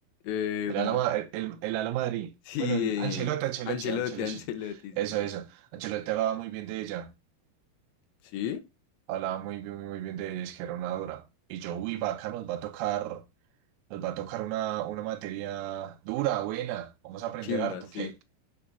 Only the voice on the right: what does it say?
El Ala, el el, el Ala Madrid.
Bueno, el
Ancelotti, Ancelotti,
Ancelotti.
Eso,
eso. Ancelotti hablaba muy bien de ella.
Hablaba muy bien, muy, muy bien de ella. Es que era una dura. Y yo, uy, vaca, nos va a tocar, nos va a tocar una, una materia dura, buena. Vamos a aprender
harto.
¿Qué?